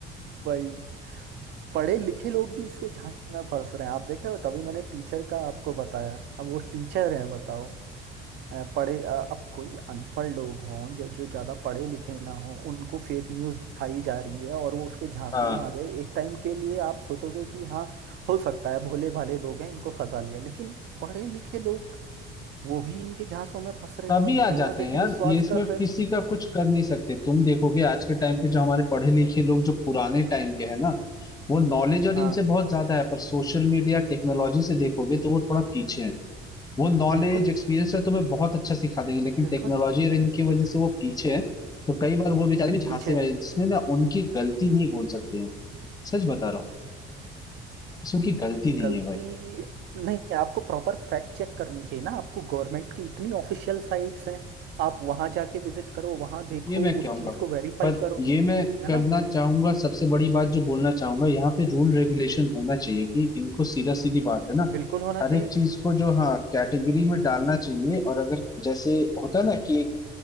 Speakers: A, on the right; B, on the left.
A: भाई पढ़े लिखे लोग भी इसके झांसे में फंस रहे हैं आप देखे हो तभी मैंने टीचर का आपको बताया अब वो टीचर हैं बताओ अ, पढ़े अ, अब कोई अनपढ़ लोग हों जो जो ज्यादा पढ़े लिखे ना हों उनको फेक न्यूज दिखाई जा रही है और वो उसके झांसे
B: हाँ
A: में आ गए एक टाइम के लिए आप सोचोगे कि हाँ हो सकता है भोले भाले लोग हैं इनको फंसा लिया लेकिन पढ़े लिखे लोग वो भी इनके झांसों में फंस रहे
B: तभी
A: हैं और
B: आ
A: बिना
B: जाते
A: देखे
B: हैं यार
A: विश्वास
B: ये इसमें
A: कर दे
B: किसी
A: रहे हैं
B: का कुछ कर नहीं सकते तुम देखोगे आज के टाइम पे जो हमारे पढ़े लिखे लोग जो पुराने टाइम के हैं ना वो नॉलेज और
A: हाँ
B: इनसे बहुत ज्यादा है पर सोशल मीडिया टेक्नोलॉजी से देखोगे तो वो थोड़ा पीछे है वो नॉलेज
A: बिल्कुल
B: एक्सपीरियंस है तुम्हें बहुत अच्छा सिखा देंगे लेकिन
A: बिल्कुल
B: टेक्नोलॉजी और इनकी वजह से वो पीछे है तो कई बार वो बेचारे भी झांसे
A: पीछे
B: में
A: हैं
B: हैं। इसमें ना उनकी गलती नहीं बोल सकते हम सच बता रहा हूँ इसमें उनकी गलती नहीं
A: गलती
B: है भाई
A: नहीं आपको प्रॉपर फैक्ट चेक करनी चाहिए ना आपको गवर्नमेंट की इतनी ऑफिशियल साइट्स हैं आप वहां जाके विजिट करो वहां देखो
B: ये मैं
A: उस
B: कहूंगा
A: चीज को वेरीफाई
B: पर
A: करो
B: ये मैं
A: है
B: करना
A: ना
B: चाहूंगा सबसे बड़ी बात जो बोलना चाहूंगा यहाँ पे रूल रेगुलेशन होना चाहिए कि इनको सीधा सीधी बात है ना
A: बिल्कुल होना
B: हर
A: चाहिए
B: एक चीज को जो हाँ कैटेगरी में डालना चाहिए और अगर जैसे होता है ना कि